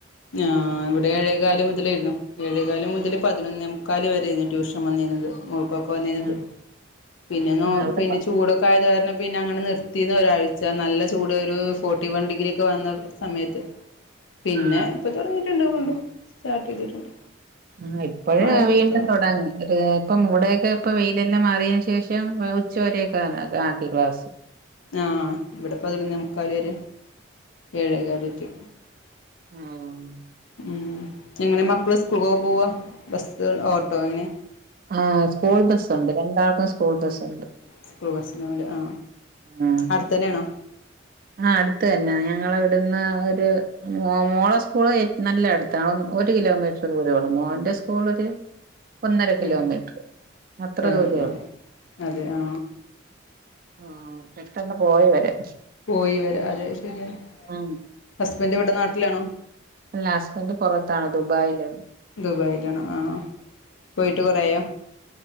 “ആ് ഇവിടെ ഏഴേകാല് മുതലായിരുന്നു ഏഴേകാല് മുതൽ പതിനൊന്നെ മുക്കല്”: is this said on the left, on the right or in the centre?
Left